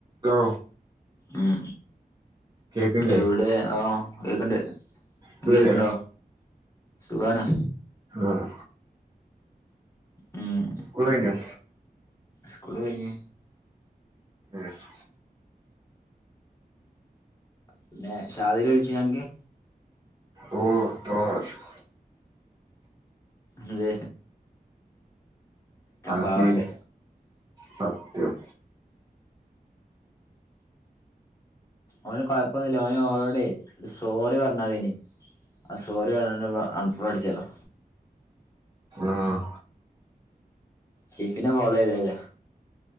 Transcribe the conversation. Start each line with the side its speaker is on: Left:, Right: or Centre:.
Right: അലോ.
Left: ഉം
Right: കേക്കില്ലേ
Left: എവിടെ ആ കേക്ണ്ട്.
Right: സുഖല്ലേ
Left: കേക്കണ്ടാ സുഖാണ്.
Right: ആഹ.
Left: ഉം
Right: സ്കൂള് കഴിഞ്ഞോ.
Left: സ്കൂള് പോയിനി.
Right: ഏഹ്
Left: പിന്നെ ഷാദില് വിളിചിനൊ അൻക്ക്.
Right: ഓഹ് എത്രോ പ്രാവശ്യം.
Left: ന്തേ
Right: ആഹ്
Left: പാവണ്ട്
Right: സെയിം സത്യം.
Left: ഓന് കൊഴപ്പൊന്നുല്ല ഓന് ഓളോട് ഒരു സോറി പറഞ്ഞാതേയ്നി അ സോറിപറഞ്ഞണ്ട് ഇവൾ അൺഫോള്ളോ അടിചേലൊ.
Right: ആഹ്
Left: ഷിഫിന്റെ മോളെയ് ത്പോലെയാ